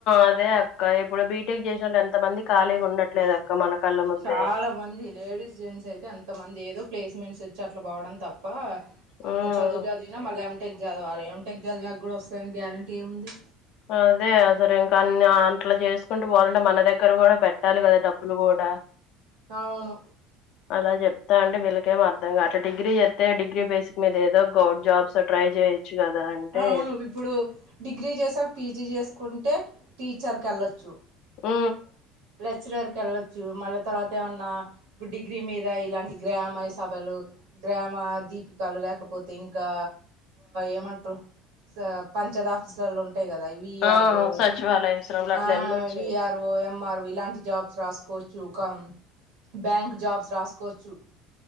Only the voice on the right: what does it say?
చాలా మంది లేడీస్ జెంట్స్ అయితే అంత మంది ఏదో ప్లేస్మెంట్స్ ఇట్లొచ్చి అట్లా పోవడం తప్ప
అంత చదువు చదివిన మళ్ళీ మ్ టెక్ చదవ సారే ఏం టెక్ చదివాకూడా వస్తాని గ్యారెంటీ ఏముంది.
అవును
అవును ఇప్పుడు డిగ్రీ చేసాక్ పీజీ చేసుకుంటే టీచర్ కెళ్ళొచ్చు.
లెక్చరర్కి వెళ్ళొచ్చు మళ్ళీ తర్వాత ఏమన్నా ఇప్పుడు డిగ్రీ మీద ఇలాంటి గ్రామ సభలు గ్రామ దీపికలు లేకపోతే ఇంకా ఏమంటారు పంచదా ఆపీసు ఉంటాయి కదా వి
ఆర్ ఓ,
ఆ
V R O, M R O M R O ఇలాంటి జాబ్స్ రాసుకోవచ్చు ఒక బ్యాంక్ జాబ్స్ రాసుకోవచ్చు.